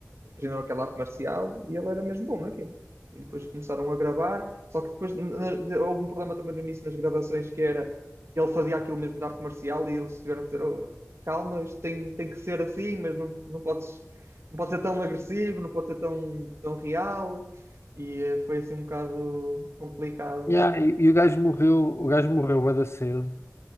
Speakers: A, on the right; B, on the left.
A: eh, treinou aquela arte marcial e ele era mesmo bom naquilo. E depois começaram a gravar, só que depois n- de- houve um problema também no início nas gravações que era ele fazia aquilo mesmo de arte marcial e eles tiveram que dizer: "Oh, calma, isto tem, tem que ser assim, mas não, não podes, não pode ser tão agressivo, não pode ser tão, tão real. E eh, foi assim um bocado complicado.
B: Yeah, e, e o gajo morreu, o gajo morreu bué da cedo.